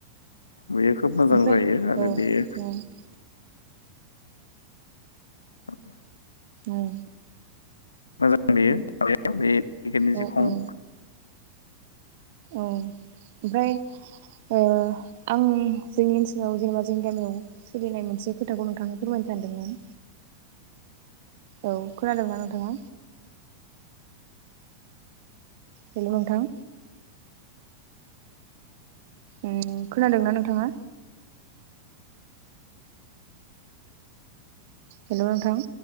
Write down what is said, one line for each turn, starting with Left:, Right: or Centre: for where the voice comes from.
Left: बेयो खोब मोजां
Right: ओमफ्राय
Left: जायो आरो
Right: औ
Left: बेयो
Right: औ
Left: <inaudible>
Right: उम
Left: मोजां बेयो माबाया बे टिकेटनि
Right: औ
Left: जि खं
Right: औ औ ओमफ्राय ओ आंनि जोंनि ओनसोलाव जेनेबा जोंनि गामियाव सोलिनाय मोनसे खोथाखौ नोंथांनो फोरमायनो सानदोंमोन? औ खोनादोंना नोंथाङा? हेल नोंथां उम खोनादोंना नोंथाङा? हेल नोंथां